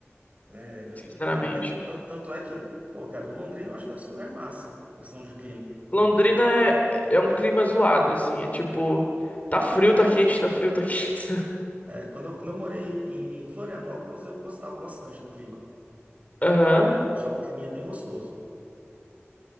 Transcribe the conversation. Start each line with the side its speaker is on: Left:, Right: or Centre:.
Right: né? Eu-
Left: sinceramente.
Right: tanto é, tan- tanto é que, pô, cara, Londrina eu acho que deve ser um lugar massa, questão de clima.
Left: Londrina é, é um clima zoado, assim, é tipo, tá frio, tá quente, tá frio, tá quente.
Right: É, quando eu, quando eu morei em Florianópolis, eu gostava bastante do clima.
Left: <laughs> Aham.
Right: Achava um climinha bem gostoso.